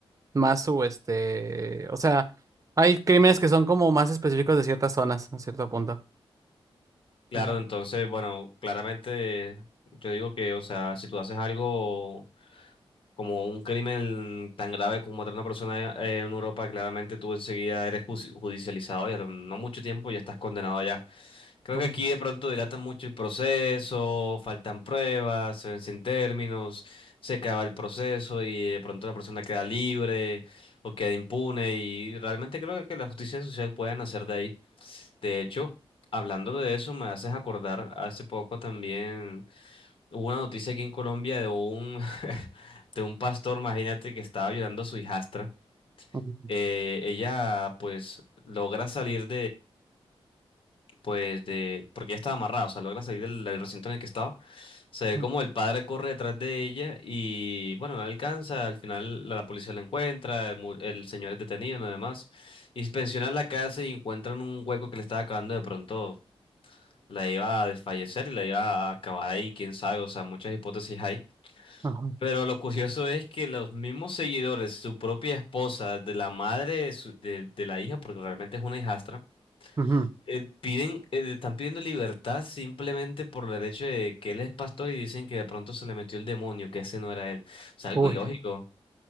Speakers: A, on the right; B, on the left.
A: más su, este, o sea, hay crímenes que son como más específicos de ciertas zonas, a cierto punto.
B: Claro,
A: Ujú,
B: entonces, bueno, claramente yo digo que, o sea, si tú haces algo como un crimen tan grave como matar a una persona eh, en Europa, claramente tú enseguida eres ju- judicializado y a lo- no mucho tiempo ya estás condenado allá. Creo
A: ujú,
B: que aquí de pronto dilatan mucho el proceso, faltan pruebas, se vencen términos, se acaba el proceso y de pronto la persona queda libre o queda impune y realmente creo que la justicia social puede nacer de ahí. De hecho, hablando de eso, me haces acordar, hace poco también hubo una noticia aquí en Colombia de un, <laughs> de un pastor, imagínate, que estaba violando a su hijastra.
A: ujú,
B: Eh, ella pues logra salir pues de, porque ella estaba amarrada, o sea, logra salir del, del recinto en el que estaba. Se ve
A: ujú,
B: como el padre corre detrás de ella y, bueno, no la alcanza. Al final la, la policía la encuentra, el, mu- el señor es detenido, nada más. Inspeccionan la casa y encuentran un hueco que le estaba acabando de pronto. La iba a desfallecer y la iba a acabar ahí, quién sabe, o sea, muchas hipótesis hay.
A: ujú,
B: Pero lo curioso es que los mismos seguidores, su propia esposa, de la madre de, su- de de la hija, porque realmente es una hijastra,
A: ujú.
B: eh, piden, eh, están pidiendo libertad simplemente por el hecho de que él es pastor y dicen que de pronto se le metió el demonio, que ese no era él. O sea, algo
A: Uy,
B: ilógico.